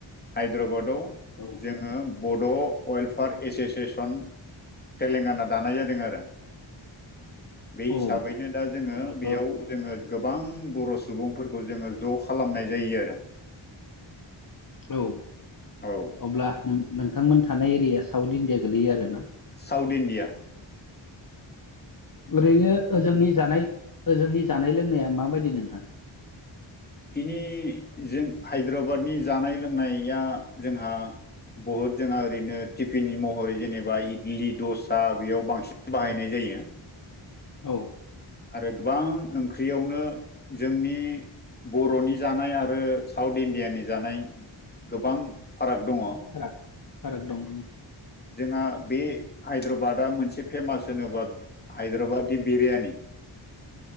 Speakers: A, on the left; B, on the left.
A: हायद्राबादाव
B: औ
A: जोङो बड' वेलफेयार एस'सियेसन तेलेंगाना दानाय जादों आरो
B: <unintelligible>
A: बे
B: औ
A: हिसाबैनो दा जोङो
B: अब्लाथ'
A: बेयाव जोङो गोबां बर' सुबुंफोरखौ जोङो ज' खालामनाय जायो आरो
B: औ
A: औ
B: अब्ला नों नोंथा नोंथांमोन थानाय एरिया साउथ इण्डिया गोलैयो आरोना
A: साउथ इणडिया
B: ओरैनो ओजोंनि जानाय ओजोंनि जानाय लोंनाया माबायदि नोंथां
A: बेनि जों हायद्राबादनि जानाय लोंनाया जोंहा बुहुद जोंहा ओरैनो टिफिननि महरै जेनेबा इडलि दसा बेयाव बांसिन बाहायनाय जायो। <unintelligible>
B: औ
A: आरो गोबां ओंख्रियावनो जोंनि बर'नि जानाय आरो साउथ इण्डियानि जानाय गोबां फाराग दङ।
B: फाराग फाराग दं।
A: जोंहा बे हायद्राबादा मोनसे फेमास होनोबा हायद्राबादि बिरियानि
B: <unintelligible>